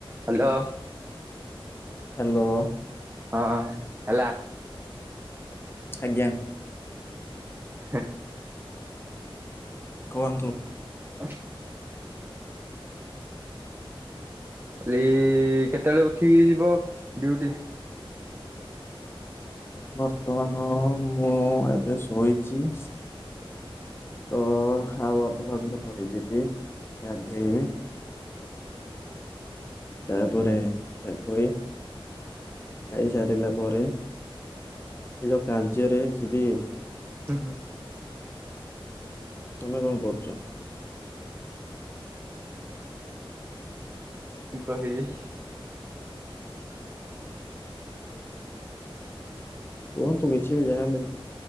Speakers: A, on the right; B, on the left.
A: Hello.
B: Hello.
A: ହଁ ହେଲା।
B: ଆଜ୍ଞା।
A: ହ
B: କୁହନ୍ତୁ।
A: ଅ କାଲି କେତେବେଳେ ଉଠିକି ଯିବ ଡଉଟି?
B: ବର୍ତ୍ତମାନ ମୁଁ ବେଶୋଇଛି ତ ଆଉ ଅଧଘଣ୍ଟେ ପରି ଯିବି ଗାନ୍ଧେଇବି ତାପରେ କି କୋଇ ଖାଇ
A: ହୁଁ
B: ସାରିଲା ପରେ ନିଜ କାର୍ଯ୍ୟରେ ଯିବି।
A: ହୁଁ ହୁଁ।
B: ତମେ କଣ କରୁଛ।
A: କହିବି।
B: କୁହନ୍ତୁ କିଛି ବି ଯାଲେ